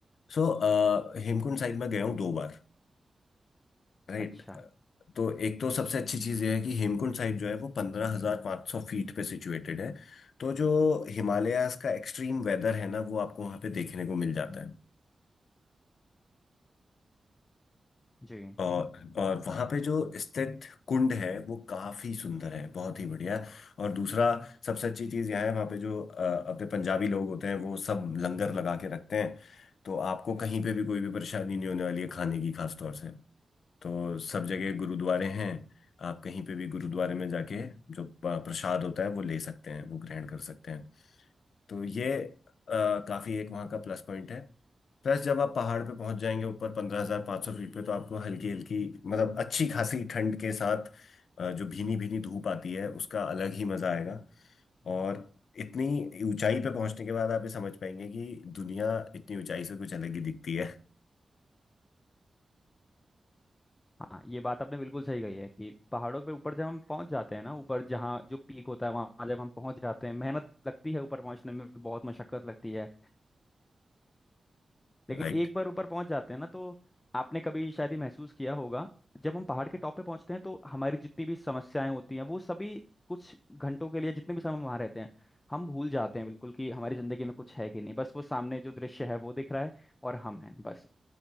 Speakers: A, on the left; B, on the left.
A: सो अ, हेमकुंड साहिब में गया हूँ दो बार राइट
B: <laughs> अच्छा
A: तो एक तो सबसे अच्छी चीज़ यह है कि हेमकुंड साहिब जो है वो पंद्रह हजार पाँच सौ फीट पे सिचुएटेड है तो जो हिमालयाज का एक्सट्रीम वेदर है ना वो आपको वहाँ पे देखने को मिल जाता है
B: जी
A: और और वहाँ पे जो स्थित कुंड है वो काफी सुंदर है बहुत ही बढ़िया है। और दूसरा सबसे अच्छी चीज़ यह है वहाँ पे जो अ, अपने पंजाबी लोग होते हैं वो सब लंगर लगा के रखते हैं तो आपको कहीं पे भी कोई भी परेशानी नहीं होने वाली है खाने की खास तौर से तो सब जगह गुरुद्वारे हैं आप कहीं पे भी गुरुद्वारे में जाके जो प- प्रसाद होता है वो ले सकते हैं वो ग्रहण कर सकते हैं तो ये अ, काफी एक वहाँ का प्लस पॉइंट है प्लस जब आप पहाड़ पे पहुंच जाएंगे ऊपर पंद्रह हजार पाँच सौ फीट पे तो आपको हल्की हल्की मतलब अच्छी खासी ठंड के साथ अ, जो भीनी भीनी धूप आती है उसका अलग ही मजा आएगा और इतनी ऊंचाई पे पहुंचने के बाद आप ये समझ पाएंगे कि दुनिया इतनी ऊंचाई से कुछ अलग ही दिखती है
B: हाँ ये बात आपने बिल्कुल सही कही है कि पहाड़ों पे ऊपर जब हम पहुंच जाते हैं ना ऊपर जहाँ जो पीक होता है वहां जब हम पहुंच जाते हैं मेहनत लगती है ऊपर पहुंचने में बहुत मशक्कत लगती है लेकिन
A: <laughs> राइट
B: एक बार ऊपर पहुंच जाते हैं ना तो आपने कभी शायद ये महसूस किया होगा जब हम पहाड़ के टॉप पे पहुंचते हैं तो हमारी जितनी भी समस्याएं होती हैं वो सभी कुछ घंटों के लिए जितने भी समय हम वहां रहते हैं हम भूल जाते हैं बिल्कुल कि हमारी जिंदगी में कुछ है कि नहीं बस वो सामने जो दृश्य है वो दिख रहा है और हम हैं बस